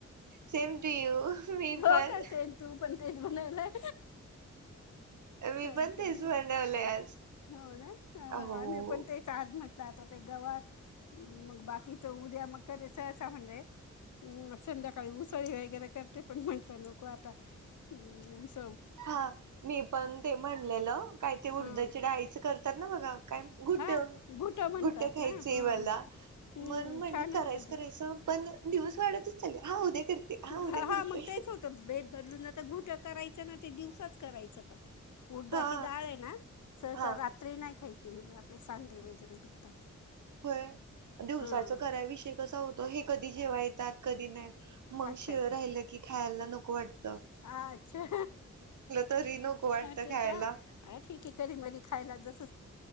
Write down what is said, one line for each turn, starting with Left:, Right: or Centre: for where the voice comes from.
Right: सेम टू यू मी
Left: हो
Right: पण
Left: का सेम तू पण तेच बनवलय
Right: मी
Left: छान-
Right: पण
Left: छान
Right: तेच बनवलंय आज
Left: हो ना
Right: हो
Left: आम्ही पण तेच आहात म गवार म बाकीचं उद्या म रसा म्हणजे संध्याकाळी उसळी वगैरे करते पण म्हणटल नको आता हम्म उस
Right: हा मी पण ते म्हणलेलं काय ते उडदाच्या
Left: हां
Right: डाळीच करतात ना बघा काय घुट
Left: हां घुटं म्हणतात
Right: घुट खायचंय
Left: ना हां
Right: मला.
Left: हां हम्म,
Right: म्हणून म्हटलं
Left: छान
Right: करायचं
Left: असतं ते
Right: करायचं पण दिवस वाढतच चाल्या हा उद्या करते उद्या
Left: हा
Right: करते
Left: हा मग तेच होतं बेद बदलून जात घुट करायचं ना ते दिवसाच करायचं पण. उडदाची
Right: हा
Left: डाळ आहे ना सहसा
Right: हा
Left: रात्री नाही खायची. नेहमी आपले सांधे वगैरे दुखतात.
Right: होय दिवसाच
Left: हां
Right: कराय विषय कसा होत हे कधी जेवाय येतात कधी नाय येत मग
Left: अच्छा
Right: शिळ
Left: अच्छा
Right: राहिलं की खायला न को वाट
Left: अच्छा
Right: तरी नको वाटतं
Left: ते
Right: खायला
Left: तर अ ठीक आहे की मदी खायला जस